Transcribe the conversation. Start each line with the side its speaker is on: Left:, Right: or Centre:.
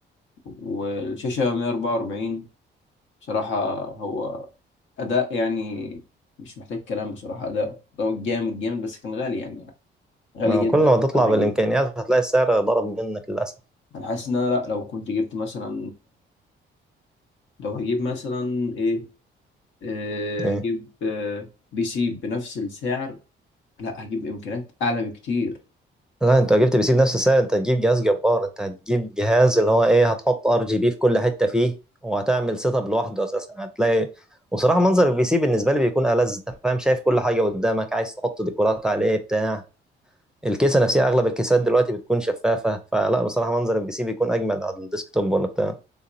Left: والشاشه 144 بصراحه هو اداء يعني مش محتاج كلام بصراحه اداؤه ده جامد جامد بس كان غالي يعني غالي
Centre: ما هو
Left: جدا
Centre: كل ما تطلع
Left: انا
Centre: بالامكانيات
Left: اجيبه
Centre: هتلاقي السعر ضرب منك للاسف
Left: انا حاسس ان انا لا لو كنت جبت مثلا لو هجيب مثلا ايه آه
Centre: إيه.
Left: هجيب آه بي سي بنفس السعر لا هجيب امكانيات اعلى بكتير
Centre: لا انت لو جبت بي سي بنفس السعر انت هتجيب جهاز جبار انت هتجيب جهاز اللي هو ايه هتحط ار جي بي في كل حته فيه وهتعمل سيت اب لوحده اساسا هتلاقي وصراحه منظر البي سي بالنسبه لي بيكون ألذ انت فاهم شايف كل حاجه قدامك عايز تحط ديكورات عليه بتاع الكيسه نفسها اغلب الكيسات دلوقتي بتكون شفافه فلا بصراحه منظر البي سي بيكون اجمل على الديسكتوب ولا بتاع